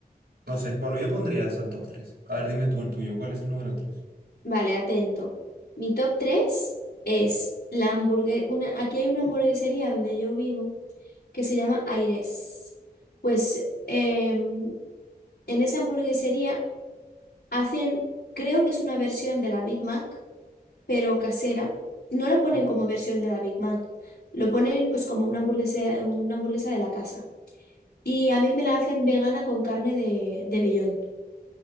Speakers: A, on the right; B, on the left.
A: No sé. Bueno, yo pondría eso al top tres A ver, dime tú el tuyo. ¿Cuál es el número tres
B: Vale, atento. Mi top 3 es la hamburguesa. Una, aquí hay una hamburguesería donde yo vivo que se llama Aires. Pues em, en esa hamburguesería hacen, creo que es una versión de la Big Mac, pero casera. No lo ponen
A: Sí.
B: como versión de la Big Mac, lo ponen pues como una hamburguesa, una hamburguesa de la casa. Y a mí me la hacen vegana con carne de, de vellón,